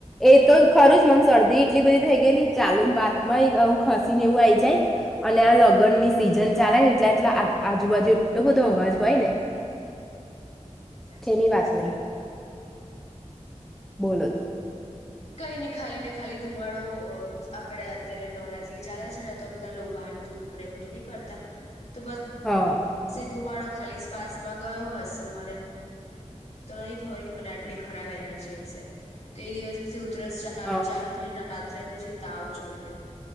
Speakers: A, in the centre; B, on the left.
A: એ તો ખરું જ મને શરદી એટલી બધી થઈ ગયેલી ચાલુ બાત માંય આવું ખસી ને એવું આઈ જાય અને આ લગ્નની સિઝન ચાલેને એટલે આટલા આજુબાજુ એટલો બધો અવાજ હોય ને
B: સાચી
A: તેની વાત
B: છે
A: નહી. બોલો તો.
B: કઈ નઈ ખાલી ને ખાલી ધુમાડો આપડે અત્યારે નવરાત્રી ચાલે છે ને તો બધા લોભાન ધૂપ ને બધું નહી કરતા તો બસ
A: હા.
B: એ ધુમાડો ખાલી શ્વાસમાં ગયો હશે મને તો નહી ખબર કે મને આટલી ખરાબ એલર્જી હશે તો એ દિવસ ઉુદરસ ચાલુ
A: હા
B: ચાલુ થઈને રાત્રેતો જે તાવ ચડ્યો